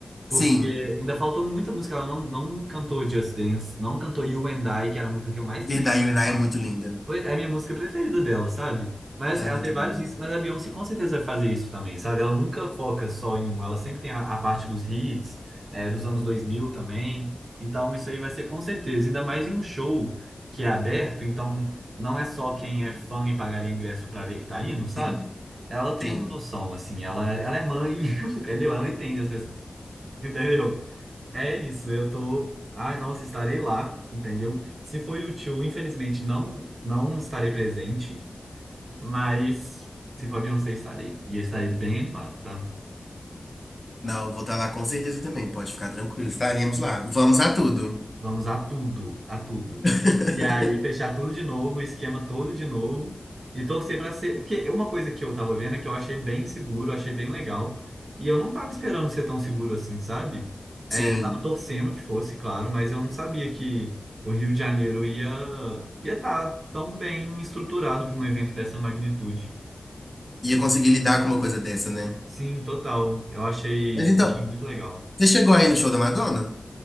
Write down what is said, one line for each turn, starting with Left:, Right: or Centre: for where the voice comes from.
Right: Porque
Left: <laughs> Sim,
Right: ainda faltou muita música, ela não, não cantou Just Dance, não cantou You and I, que era a música que eu mais
Left: verdade,
Right: queria escutar.
Left: a Inai é muito linda.
Right: Foi é a minha música preferida dela, sabe? Mas
Left: Ela
Right: assim, ela
Left: é muito
Right: tem vários
Left: boa mesmo.
Right: hits, mas a Beyoncé com certeza vai fazer isso também, sabe? Ela nunca foca só em um, ela sempre tem a, a parte dos hits, é, dos anos 2000 também. Então isso aí vai ser com certeza, ainda mais em um show que é aberto, então não é só quem é fã e pagaria ingresso pra ver que tá indo, sabe?
Left: tem
Right: Ela tem
Left: sim.
Right: uma noção, assim, ela, ela é mãe, <laughs> entendeu? Ela entende as pessoas, entendeu? É isso, eu tô. Ai, nossa, estarei lá, entendeu? Se for o tio, infelizmente não não estarei presente, mas se for Beyoncé, estarei. E eu estarei bem animado, tá?
Left: Não, eu vou estar lá com certeza também. Pode ficar tranquilo, estaremos lá. Vamos a tudo.
Right: Vamos a tudo, a tudo.
Left: <laughs>
Right: E aí, fechar tudo de novo, o esquema todo de novo, e torcer para ser. Porque uma coisa que eu tava vendo é que eu achei bem seguro, achei bem legal, e eu não tava esperando ser tão seguro assim, sabe? É,
Left: Sim,
Right: eu tava torcendo que fosse, claro, mas eu não sabia que o Rio de Janeiro ia ia estar tão bem estruturado para um evento dessa magnitude.
Left: ia conseguir lidar com uma coisa dessa, né?
Right: Sim, total. Eu achei,
Left: Mas então,
Right: achei muito legal.
Left: você chegou aí no show da Madonna?